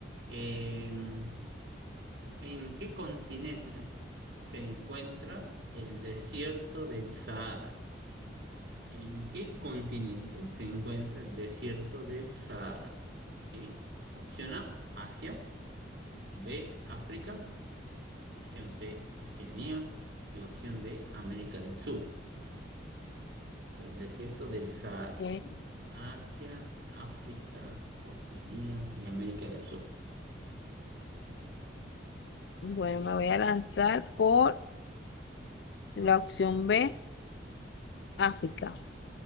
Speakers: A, on the right; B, on the left.
A: Em, ¿en qué continente? se encuentra el desierto del Sahara. ¿En qué continente se encuentra el desierto del Sahara? ¿Sí? Opción A, Asia, B, África, opción C, Oceanía y opción D, América del Sur. ¿Sí? El desierto del Sahara,
B: Ok.
A: Asia, África, Oceanía y América del Sur.
B: Bueno, me voy a lanzar por la opción B, África.